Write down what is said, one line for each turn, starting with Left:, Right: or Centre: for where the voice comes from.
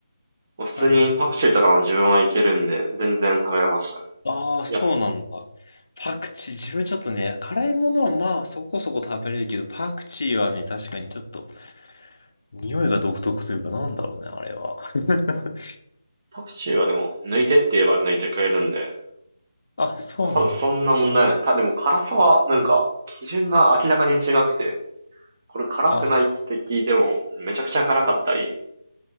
Right: 普通にパクチーとかも自分はいけるんで、
Left: はい。
Right: 全然食べれましたね。
Left: ああ、
Right: いや、
Left: そうなんだ。パクチー、自分ちょっとね、辛いものはまあそこそこ食べれるけど、パクチーはね、確かにちょっと、匂いが独特というか、なんだろうね、あれは。<laughs>
Right: パクチーはでも、抜いてって言えば抜いてくれるんで、
Left: あ、そうなんだ。
Right: まあ多分そんな問題ない。た、でも辛さは、なんか、基準が明らかに違くて、これ辛くないって聞いても、
Left: あ、
Right: めちゃくちゃ辛かったり、